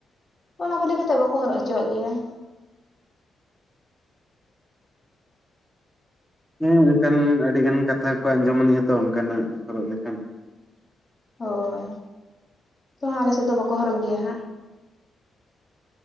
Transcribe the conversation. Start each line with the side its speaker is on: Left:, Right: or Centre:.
Left: ᱚᱱᱟ ᱠᱚ ᱞᱟᱹᱭ ᱠᱟᱛᱮᱜ ᱵᱟᱠᱚ ᱦᱚᱨᱚᱜ ᱦᱚᱪᱚᱣᱟᱜ ᱜᱮᱭᱟ।
Centre: ᱦᱮᱸ ᱚᱱᱠᱟᱱ ᱟᱹᱰᱤ ᱜᱟᱱ ᱠᱟᱛᱷᱟ ᱠᱚ ᱟᱸᱡᱚᱢ ᱟᱹᱱᱤᱡᱼᱟ ᱛᱚ ᱚᱱᱠᱟᱱᱟᱜ ᱦᱚᱨᱚᱜ ᱞᱮᱠᱷᱟᱱ।
Left: ᱦᱳᱭᱻ ᱛᱚ ᱦᱟᱸᱜ ᱟᱞᱮᱥᱮᱫ ᱫᱚ ᱵᱟᱠᱚ ᱦᱚᱨᱚᱜᱽ ᱜᱮᱭᱟ ᱦᱟᱸᱜ।